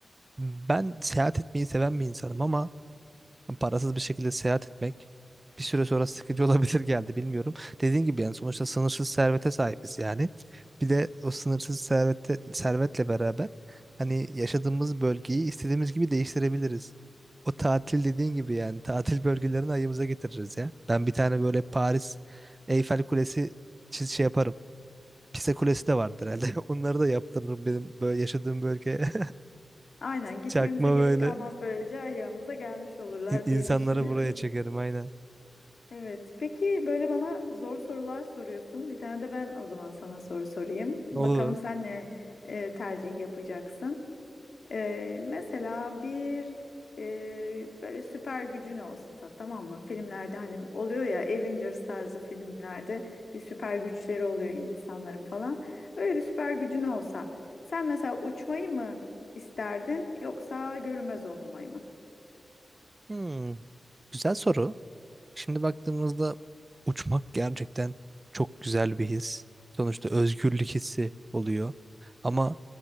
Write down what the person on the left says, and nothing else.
Aynen gitmemize
gerek
kalmaz böylece ayağımıza gelmiş olurlar
diye düşünüyorum.
Evet. Peki böyle bana zor sorular soruyorsun. Bir tane de ben o zaman sana soru sorayım.
Bakalım sen ne e, tercih yapacaksın? Ee, mesela bir e, böyle süper gücün olsa tamam mı? Filmlerde hani oluyor ya Avengers tarzı filmlerde bir süper güçleri oluyor insanların falan. Öyle bir süper gücün olsa sen mesela uçmayı mı isterdin yoksa görünmez olmayı mı?